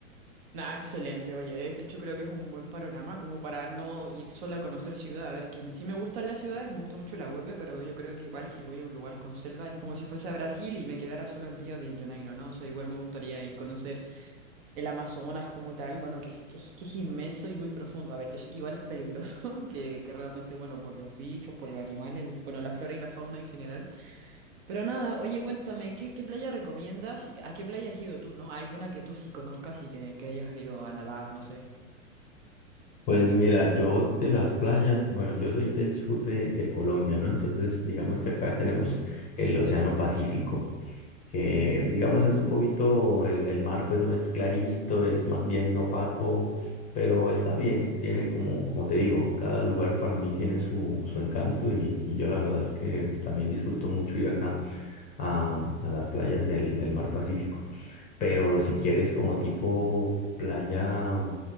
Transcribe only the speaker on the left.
Pues mira, yo de las playas, bueno, yo soy del sur de, de Colombia, ¿no? Entonces, digamos que acá tenemos el Océano Pacífico, que digamos es un poquito, el, el mar pues no es clarito, es más bien opaco, pero está bien, tiene como, como te digo, cada lugar para mí tiene su, su encanto y, y yo la verdad es que también disfruto mucho ir acá a, a las playas del, del mar Pacífico. Pero si quieres como tipo playa